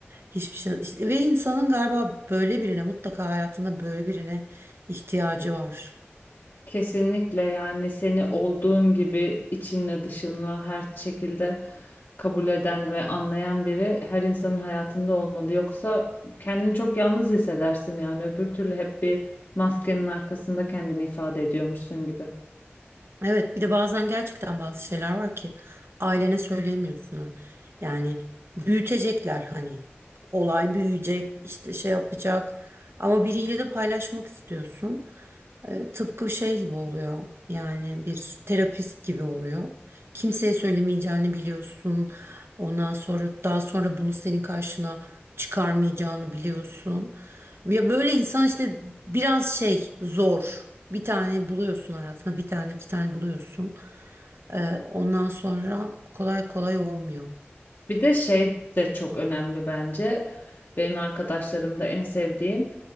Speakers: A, on the right; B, on the left.
A: Hiçbir şey. işte- Ve insanın galiba böyle birine mutlaka hayatında böyle birine ihtiyacı var.
B: Kesinlikle yani seni olduğun gibi içinle dışınla her şekilde kabul eden ve anlayan biri her insanın hayatında olmalı. Yoksa kendini çok yalnız hissedersin yani öbür türlü hep bir maskenin arkasında kendini ifade ediyormuşsun gibi.
A: Evet, bir de bazen gerçekten bazı şeyler var ki ailene söyleyemiyorsun. ha. Yani büyütecekler hani olay büyüyecek işte şey yapacak ama biriyle de paylaşmak istiyorsun. E, tıpkı şey gibi oluyor yani bir terapist gibi oluyor. Kimseye söylemeyeceğini biliyorsun. Ondan sonra daha sonra bunu senin karşına çıkarmayacağını biliyorsun. Ya böyle insan işte biraz şey zor. Bir tane buluyorsun hayatına, bir tane iki tane buluyorsun. E, ondan sonra kolay kolay olmuyor.
B: Bir de şey de çok önemli bence. Benim arkadaşlarımda en sevdiğim.